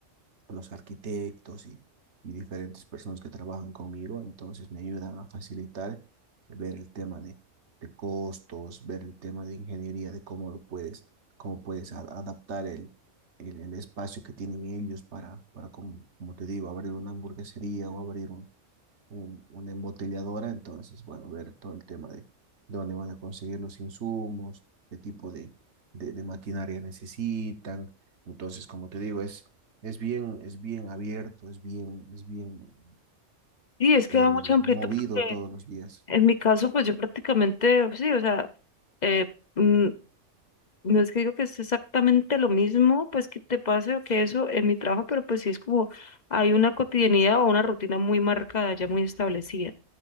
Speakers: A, on the right; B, on the left.
A: los arquitectos y, y diferentes personas que trabajan conmigo, entonces me ayudan a facilitar ver el tema de, de costos, ver el tema de ingeniería, de cómo lo puedes, cómo puedes a- adaptar el, el, el espacio que tienen ellos para, para como, como te digo, abrir una hamburguesería o abrir un, un- una embotelladora, entonces, bueno, ver todo el tema de dónde van a conseguir los insumos, qué tipo de, de, de maquinaria necesitan. Entonces, como te digo, es, es bien, es bien abierto, es bien, es bien
B: Sí, es que
A: eh,
B: da mucha
A: movido
B: amplitud porque
A: todos los días.
B: en mi caso, pues yo prácticamente, sí, o sea, eh, mm, No es que digo que es exactamente lo mismo, pues que te pase o que eso en mi trabajo, pero pues sí es como hay una cotidianidad o una rutina muy marcada, ya muy establecida.